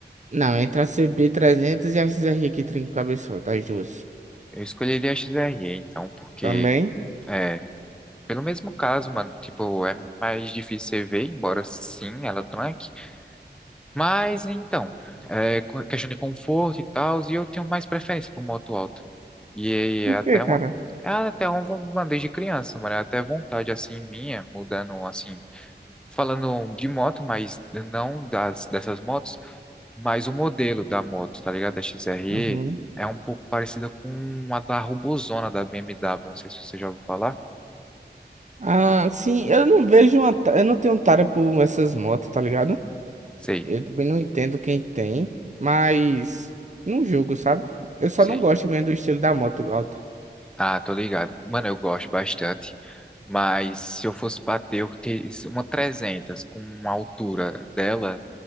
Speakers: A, on the right (about 40°); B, in the centre.
A: Não, entre a CB300 e a XRG-35 cabeçota, as duas.
B: eu escolheria a XRE, então, porque.
A: Também?
B: é, Pelo mesmo caso, mano, tipo, é mais difícil você ver, embora sim, ela tranque. Mas então, é co- questão de conforto e tal, e eu tenho mais preferência por moto alta. E aí
A: Por
B: é até
A: quê, cara?
B: uma, é até uma uma desde criança, mano, é até vontade assim minha, mudando assim, falando de moto, mas não das dessas motos, mas o modelo da moto, tá ligado? Da XRE
A: Uhum.
B: é um pouco parecida com a da Robozona da BMW, não sei se você já ouviu falar.
A: Ah, sim, eu não vejo uma. ta- Eu não tenho tara por essas motos, tá ligado?
B: Sei.
A: Eu também não entendo quem tem, mas não julgo, sabe? Eu só
B: Sei.
A: não gosto mesmo do estilo da moto alta.
B: Ah, tô ligado. Mano, eu gosto bastante. Mas se eu fosse bater, eu teria uma 300 com uma altura dela.